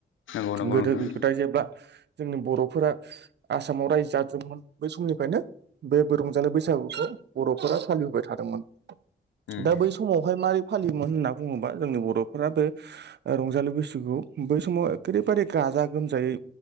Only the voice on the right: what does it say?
गोदो
गोदाय जेब्ला जोंनि बर'फोरा आसामाव रायजो जादोंमोन बै समनिफ्रायनो बे रंजालि बैसागुखौ बर'फोरा फालिबोबाय थादोंमोन
दा बै स समावहाय मारै फालिमोन होनना बुङोबा जोंनि बर'फोराबो रंजालि बैसागु बै समाव ओरैबादि गाजा गोमजायै